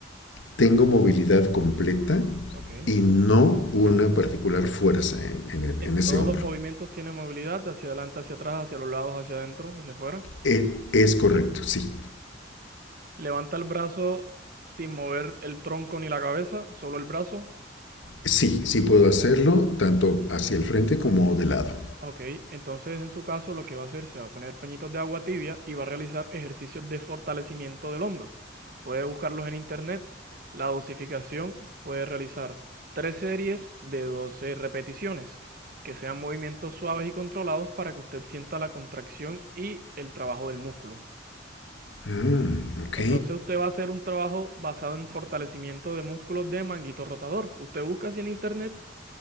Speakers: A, on the left; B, on the right.
A: Tengo movilidad completa
B: ok.
A: y no una
B: En,
A: particular fuerza en, en
B: en
A: en ese
B: todos
A: hombro.
B: los movimientos tiene movilidad, hacia adelante, hacia atrás, hacia los lados, hacia adentro, hacia afuera.
A: Eh, es correcto, sí.
B: Levanta el brazo sin mover el tronco ni la cabeza, solo el brazo.
A: Sí, sí puedo hacerlo tanto hacia el frente como de lado.
B: Ok, entonces en su caso lo que va a hacer se va a poner pañitos de agua tibia y va a realizar ejercicios de fortalecimiento del hombro. Puede buscarlos en internet. La dosificación puede realizar tres series de 12 repeticiones, que sean movimientos suaves y controlados para que usted sienta la contracción y el trabajo del músculo.
A: Mm, ok,
B: Entonces usted va a hacer un trabajo basado en fortalecimiento de músculos de manguito rotador. Usted busca así en internet